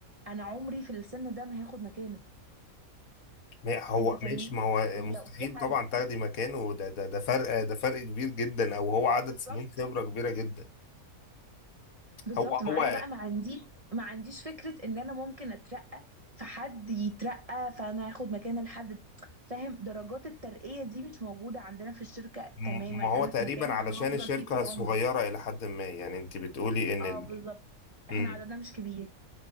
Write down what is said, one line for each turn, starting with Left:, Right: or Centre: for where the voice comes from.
Right: انا عمري في السن ده ما هاخد مكانه
Left: ما هو
Right: انت فاهمني
Left: ماشي ما هو
Right: يعني
Left: مستحيل
Right: لو في حد
Left: طبعا تاخدي مكانه ده ده ده فرق ده فرق كبير جدا او هو عدد
Right: بالظبط
Left: سنين خبره كبيره جدا
Right: بالظبط
Left: هو
Right: ما
Left: هو
Right: انا بقى ما عنديش ما عنديش فكرة ان انا ممكن اترقى فحد يترقى فانا هاخد مكان الحد ده فاهم درجات الترقية دي مش موجودة عندنا في الشركة
Left: م-
Right: تماما
Left: ما
Right: انا
Left: هو تقريبا
Right: في مكان
Left: علشان
Right: انا هفضل
Left: الشركة
Right: فيه طول
Left: صغيرة
Right: عمري
Left: إلى حد ما يعني أنت بتقولي إن
Right: اه
Left: ال...
Right: بالظبط
Left: مم.
Right: احنا عددنا مش كبير